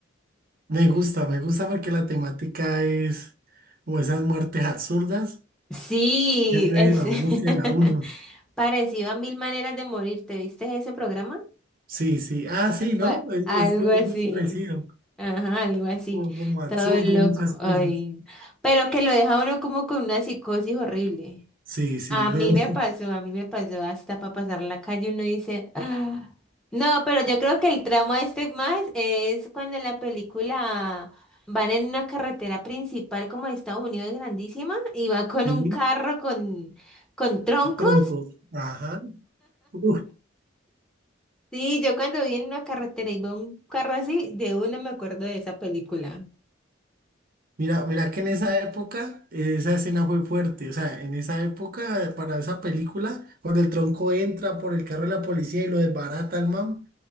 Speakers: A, on the right (about 45°); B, in the centre.
A: Me gusta, me gusta porque la temática es como esas muertes absurdas.
B: Sí,
A: Siempre
B: es
A: lo angustian
B: <laughs>
A: a uno.
B: parecido a Mil Maneras de Morir. ¿Te viste ese programa?
A: Sí, sí. Ah, sí,
B: Algo,
A: ¿no?
B: a-
A: Es,
B: algo
A: es muy
B: así.
A: parecido.
B: Ajá, algo así.
A: Como, como absurdo
B: Todo loco.
A: muchas cosas.
B: Ay. Pero que lo deja uno como con una psicosis horrible.
A: Sí, sí.
B: A
A: <laughs>
B: mí me pasó, a mí me pasó hasta para pasar la calle uno dice, "Ah". No, pero yo creo que el trauma este más es cuando en la película van en una carretera principal como de Estados Unidos grandísima y va con
A: Sí,
B: un carro con, con troncos.
A: troncos. Ajá. Uf.
B: Sí, yo cuando vi en una carretera y veo un carro así, de una me acuerdo de esa película.
A: Mira, mira que en esa época eh, esa escena fue fuerte, o sea, en esa época para esa película, cuando el tronco entra por el carro de la policía y lo desbarata al man,